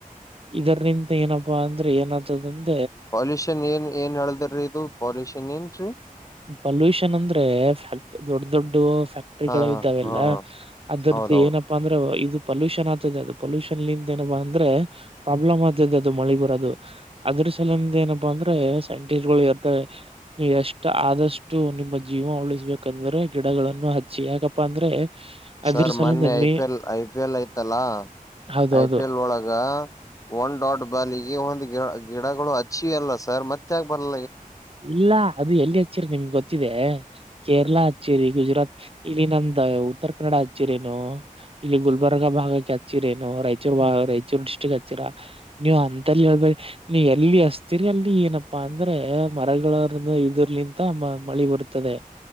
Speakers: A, on the right; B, on the left.
A: ಇದರಿ ನಿಂತ ಏನಪ್ಪಾ ಅಂದ್ರೆ ಏನತದಂದ್ರ
B: ಪಲ್ಯೂಷನ್ ಏನ್ ಏನ್ ಹೇಳದ್ರೀ ಇದು ಪೊಲ್ಯೂಷನ್ ಏನ್ರೀ
A: ಪಲ್ಯೂಷನ್ ಅಂದ್ರೆ ಫ್ಯಾಕ್ಟ್ ದೊಡ್ಡ ದೊಡ್ಡ ಫ್ಯಾಕ್ಟ್ರಿಗಳ
B: ಹಾ ಹಾ
A: ಇದ್ದಾವೆಲ್ಲ
B: ಹಾ ಹಾ
A: ಅದ್ರದ್ದ
B: ಹೌದೌದು
A: ಏನಪ್ಪಾ ಅಂದ್ರೆದು ಪೊಲ್ಯೂಷನ್ ಆಗ್ತದೆ ಅದು ಪೊಲ್ಯೂಷನ್ ಏನ ಅಂದ್ರೆ ಪ್ರಾಬ್ಲಮ್ ಆಗ್ತದೆ ಅದು ಮಳೆ ಬರೋದು ಅದ್ರ ಲಂದ ಏನಪ್ಪಾ ಅಂದ್ರೆ ಸೈಂಟಿಸ್ಟ್ ಗಳು ಇರ್ತಾರೆ ನೀ ಎಷ್ಟ ಆದಷ್ಟು ನಿಮ್ಮ ಜೀವನ ಉಳಿಸಬೇಕಂದ್ರೆ ಗಿಡಗಳನ್ನು ಹಚ್ಚಿ ಯಾಕಪ್ಪಾ ಅಂದ್ರೆ
B: ಸರ್
A: ಅದ್ರ ಸಲಿಂದ
B: ಮನ್ I
A: May
B: P L I P L L ಐತಲ್ಲ
A: ಹೌದೌದು.
B: ಐ ಪಿ ಎಲ್ ಒಳಗ ಒನ್ ಡಾಟ್ ಬಾಲಿಗೆ ಒ ಗಿ ಗಿಡಗಳು ಅಚ್ಚಿ ಅಲ್ಲ ಸರ್ ಮತ್ತೆ ಆಗ ಬರಲ
A: ಇಲ್ಲ ಅದು ಎಲ್ಲಿ ಹಚ್ಚೇರಿ ನಿಮ್ಗೆ ಗೊತ್ತಿದೆ ಕೇರಳ ಹಚ್ಚಿರಿ ಗುಜರಾತ್ ಇಲ್ಲಿ ನಮ್ದ ಉತ್ತರ ಕನ್ನಡ ಹಚ್ಚಿರೇನು ಇಲ್ಲಿ ಗುಲ್ಬರ್ಗಾ ಭಾಗಕ್ಕೆ ಹಚ್ಚಿರೇನು ರಾಯಚೂರ್ ರಾಯಚೂರ್ ಡಿಸ್ಟ್ರಿಕ್ ಹಚ್ಚಿರ ನೀವು್ ಅಂತಲ್ಲಿ ಹೇಳ್ಬ ನೀ ಎಲ್ಲಿ ಹಸ್ತರ್ ಅಲ್ಲಿ ಏನಪ್ಪಾ ಅಂದ್ರೆ ಮರಗಳರ್ ಇದರ್ಲಿಂತ ಮ ಮಳೆ ಬರುತ್ತದೆ